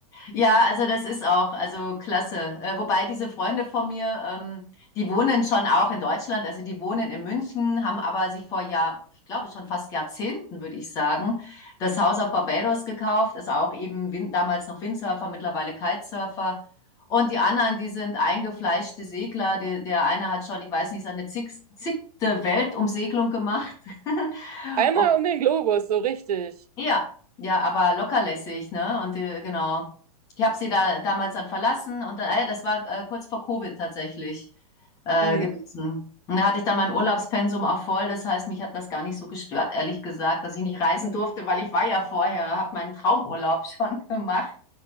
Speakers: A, on the left; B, on the right.
A: Ja, also das ist auch, also klasse. Äh, wobei diese Freunde von mir, ähm, die wohnen schon auch in Deutschland, also die wohnen in München, haben aber sich vor Jahr, ich glaube schon fast Jahrzehnten, würde ich sagen, das Haus auf Barbados gekauft, also auch eben Win damals noch Windsurfer, mittlerweile Kitesurfer. Und die anderen, die sind eingefleischte Segler. Der, der eine hat schon, ich weiß nicht, seine zig, zigte Weltumsegelung gemacht. <laughs>
B: Einmal um den Globus, so richtig.
A: Ja, ja, aber lockerlässig, ne? Und äh, genau. Ich habe sie da damals dann verlassen und dann, äh, das war äh, kurz vor Covid tatsächlich äh,
B: Mhm.
A: gewesen. Und da hatte ich dann mein Urlaubspensum auch voll. Das heißt, mich hat das gar nicht so gestört, ehrlich gesagt, dass ich nicht reisen durfte, weil ich war ja vorher, habe meinen Traumurlaub <laughs> schon gemacht.